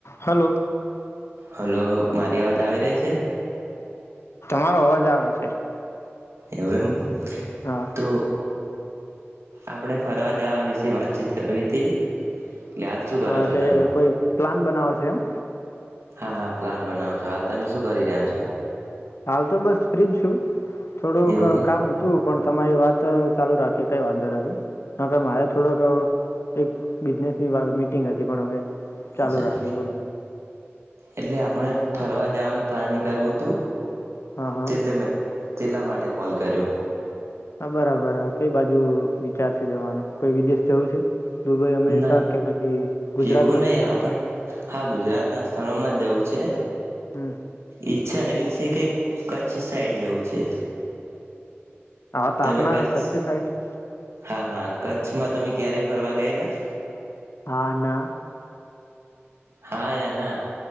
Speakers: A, on the left (about 75°); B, on the right (about 80°).
A: Hello
B: hello. મારી અવાજ આવી રહી છે?
A: મારો અવાજ આવે.
B: એવું એમ.
A: હા
B: તો આપણે ફરવા જવા વિશે વાતચીત કરવી હતી. એટલે હાલ શું કરો
A: હા
B: છો
A: એટલે
B: તમે
A: કોઈ પ્લાન બનાવો છે એમ.
B: હા હા પ્લાન બનાવો છો હાલ તમે શું કરી રહ્યા છો?
A: હાલ તો બસ ફ્રીજ છું. થોડુંક
B: એવું
A: કામ હતું પણ તમારી વાત ચાલુ રાખી કઈ વાંધો નથી ન કર મારે થોડોક <unintelligible> બિઝનેસની વા મીટિંગ હતી પણ હવે
B: એમ
A: ચાલુ
B: અચ્છા
A: રાખીએ બોલો.
B: એટલે આપણે ફરવા જવાનું પ્લાનિ કરવું તું.
A: હા હા
B: તેટલે મે તેટલા માટે કોલ કર્યો.
A: હા, બરાબર કઈ બાજ. જુ વિચાર છે જવાનો? કોઈ વિદેશ જવું છે? દુબઈ, અમેરિકા
B: ના
A: કે પછી ગુજરાતમાં
B: એવું નહીં
A: જ?
B: આપણ હા, ગુજરાતના સ્થળોમાં જ જવું છે.
A: હમ
B: ઈચ્છા એવી છે કે કચ્છ સાઈડ જવું છે.
A: હા, ત
B: તમે
A: આપના
B: કચ્છ
A: કચ્છી સાઈડ
B: હા હા કચ્છમાં તમે ક્યારે ફરવા ગયેલા?
A: હા ના.
B: હા યા ના?